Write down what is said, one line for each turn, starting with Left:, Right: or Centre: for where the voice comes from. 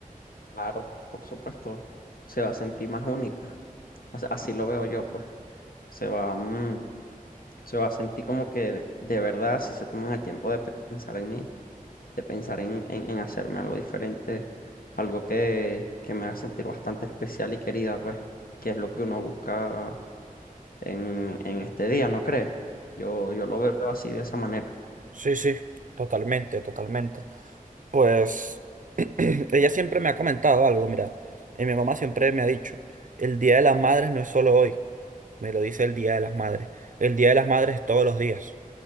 Left: Claro, por supuesto, se va a sentir más única. O sea, así lo veo yo, pues. Se va, mm, se va a sentir como que de, de verdad, si se toman el tiempo de pensar en mí de pensar en, en- en hacerme algo diferente, algo que, que me haga sentir bastante especial y querida, pues, que es lo que uno busca en, en este día, ¿no crees? Yo, yo lo veo así de esa manera.
Right: Sí, sí, totalmente, totalmente. Pues <clears throat> ella siempre me ha comentado algo, mira, y mi mamá siempre me ha dicho, el Día de las Madres no es solo hoy, me lo dice el Día de las Madres, el Día de las Madres es todos los días.